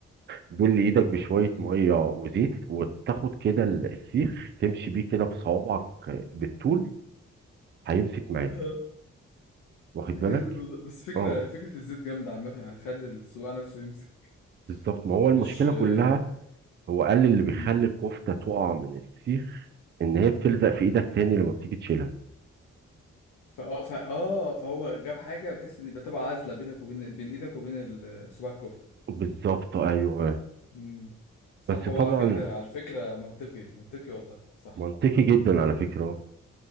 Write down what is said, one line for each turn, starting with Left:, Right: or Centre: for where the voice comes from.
Right: بل ايدك بشويه ميه وزيت وتاخد كده ال- السيخ تمشي بيه كده بصوابعك بالطول هيمسك معاك
Left: آه،
Right: واخد
Left: جامد
Right: بالك
Left: والله بس فكرة
Right: اه
Left: فكرة الزيت جامدة عامة هتخلي الصباع نفسه يمسك
Right: بالظبط ما هو المشكله
Left: مش آه،
Right: كلها هو قال لي اللي بيخلي
Left: مم.
Right: الكفتة تقع من السيخ ان هي بتلزق في ايدك تاني لما بتيجي تشيلها
Left: فاه فا اه فهو جاب حاجه بحيث ان يبقى تبقى عازله بينك وبين بين ايدك وبين ال- صباع الكفته
Right: بالظبط ايوه
Left: امم صح
Right: بس
Left: هو
Right: طبعا
Left: على فكره على فكره منطقي منطقي والله صح
Right: منطقي جدا على فكرة